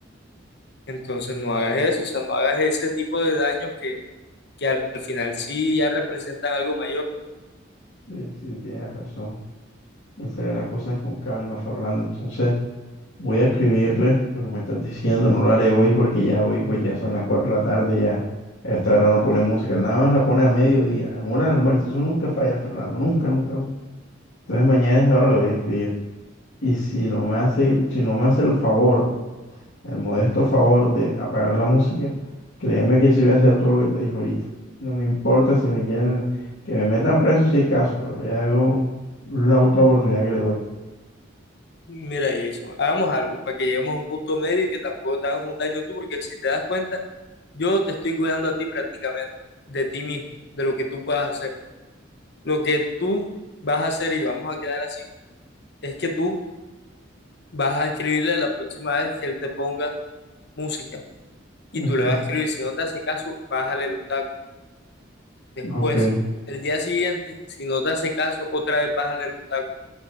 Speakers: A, on the left; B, on the left.
A: Entonces no hagas eso, o sea, no hagas ese tipo de daños que, que al al final sí ya representan algo mayor.
B: sí, sí, tienes razón. Pensaré las cosas con calma, Fernando. Entonces, voy a escribirle lo que me estás diciendo. No lo haré hoy porque ya hoy, pues ya son las 4 de la tarde, ya a esta hora no pone música. Nada más la pone a mediodía, en hora del almuerzo. Eso nunca falla, Fernando, nunca, nunca, nunca. Entonces, mañana a esa hora la voy a escribir. Y si no me hace, si no me hace el favor, el modesto favor de apagar la música, créeme que sí voy a hacer todo lo que te dije ahorita. No me importa si me quieren, que me metan
A: Mm,
B: preso si es caso, pero ya yo es la última oportunidad que le doy.
A: Mira, Jason, hagamos algo para que lleguemos a un punto medio y que tampoco te hagas un daño tú, porque si te das cuenta, Yo te estoy cuidando a ti prácticamente, de ti mismo, de lo que tú puedas hacer. Lo que tú vas a hacer y vamos a quedar así, es que tú vas a escribirle la próxima vez que él te ponga música y
B: Ujú,
A: tú le vas a escribir, si no te hace caso, bájale los tacos. Después,
B: Ok,
A: el día siguiente, si no te hace caso, otra vez bájale los tacos.